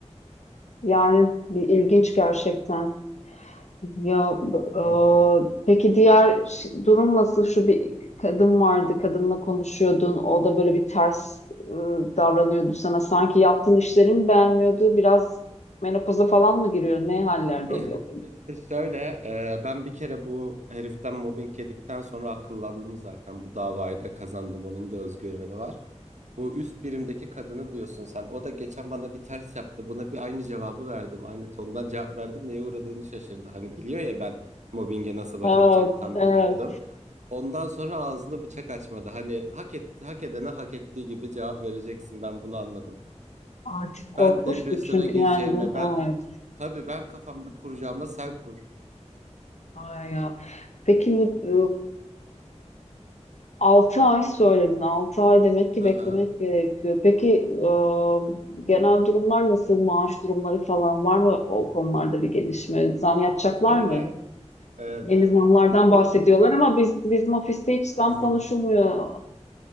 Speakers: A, on the left; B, on the right.
A: Yani bir ilginç gerçekten. Ya b- o,
B: Hı hı.
A: peki diğer ş- durum nasıl? Şu bir kadın vardı, kadınla konuşuyordun. O da böyle bir ters e, davranıyordu sana. Sanki yaptığın işleri mi beğenmiyordu? Biraz menopoza falan mı giriyor? Ne hallerdeydi
B: <laughs>
A: o kadın?
B: İşte şöyle e, ben bir kere bu heriften mobbing yedikten sonra akıllandım zaten bu davayı da kazandım onun da özgüveni var. Bu üst birimdeki kadını diyorsun sen o da geçen bana bir ters yaptı buna bir aynı cevabı verdim aynı tondan cevap verdim neye uğradığını şaşırdı. Hani biliyor ya ben mobbinge nasıl baş
A: Evet,
B: edeceğimi tam
A: evet.
B: bilmiyordum. Ondan sonra ağzını bıçak açmadı hani hak etti, hak edene hak ettiği gibi cevap vereceksin ben bunu anladım.
A: Artık korkmuş
B: Ben depresyona
A: mu? Çünkü
B: gireceğime
A: yani bu
B: ben
A: evet.
B: tabii ben kafamda kuracağıma sen kur.
A: Ay ya. Peki e, Altı ay söyledin. 6 ay demek ki
B: Hı
A: beklemek
B: hı.
A: gerekiyor. Peki e, genel durumlar nasıl? Maaş durumları falan var mı o konularda bir gelişme? Zam yapacaklar
B: Şöyle
A: mı?
B: e,
A: Yeni zamlardan
B: bu
A: bahsediyorlar ama biz bizim ofiste hiç zam
B: Hı hı.
A: konuşulmuyor.